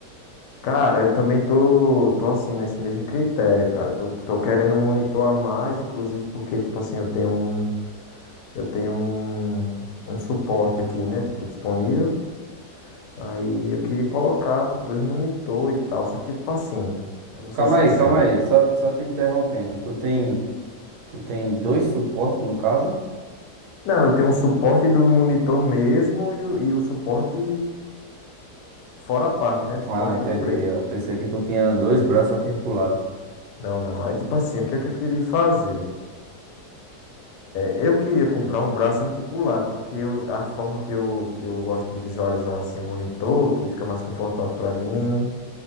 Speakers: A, on the left; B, on the right.
A: Cara, eu também tô, tô assim, nesse mesmo critério, cara. Tô, tô querendo monitorar mais, inclusive porque, tipo assim, eu tenho um, eu tenho um, um suporte aqui, né? Tipo, disponível. Aí eu queria colocar, tipo, dois monitor e tal. Só que, tipo assim, eu vou
B: Calma
A: ser sincero.
B: aí, calma aí. Só, só te interrompendo. Tu tem, tu tem dois suportes, no caso?
A: Não, eu tenho um suporte do monitor mesmo e o, e o suporte fora a parte, né? O suporte
B: Ah,
A: que
B: entendi.
A: eu comprei.
B: Eu pensei que tu tinha dois braços articulados.
A: Não, não. Aí, tipo assim, o que é que eu queria fazer? Eu queria comprar um braço articulado, porque eu- a forma que eu, que eu gosto de visualizar assim, o monitor, que fica mais confortável pra mim,